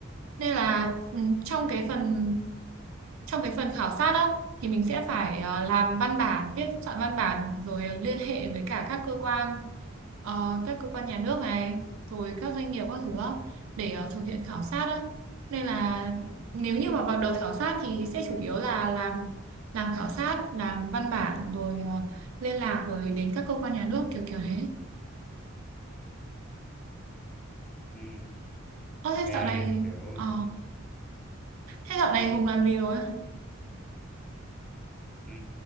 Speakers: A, on the right (about 80°); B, in the centre.
A: nên là ừ, trong cái phần trong cái phần khảo sát á thì mình sẽ phải ờ, làm văn bản viết soạn văn bản rồi ờ, liên hệ với cả các cơ quan ờ, các cơ quan nhà nước này rồi các doanh nghiệp các thứ á, để ờ, thực hiện khảo sát á nên là nếu như mà vào đợt khảo sát thì sẽ chủ yếu là làm làm khảo sát làm văn bản rồi ờ, liên lạc với đến các cơ quan nhà nước kiểu kiểu thế
B: Ừ,
A: Ơ thế
B: nghe
A: dạo này
B: kiểu
A: ờ, thế dạo này Hùng làm gì rồi
B: ừ,